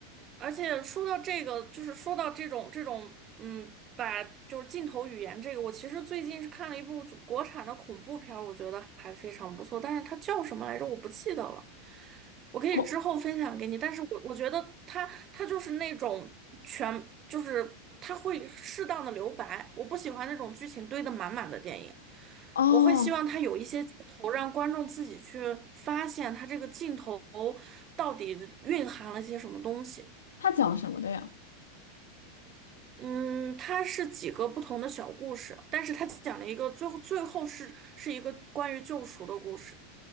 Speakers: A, on the right; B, on the left.
A: 而且说到这个，就是说到这种这种，嗯，把就是镜头语言这个，我其实最近是看了一部国产的恐怖片儿我觉得还非常不错，但是它叫什么来着？我不记得了，我可以之后分享给你。
B: 恐，
A: 但是我我觉得它它就是那种全就是它会适当的留白，我不喜欢那种剧情堆得满满的电影。
B: 哦，
A: 我会希望它有一些镜头，让观众自己去发现它这个镜头到底蕴含了些什么东西。
B: 他讲什么的呀？
A: 嗯，它是几个不同的小故事，但是它讲了一个最后最后是是一个关于救赎的故事。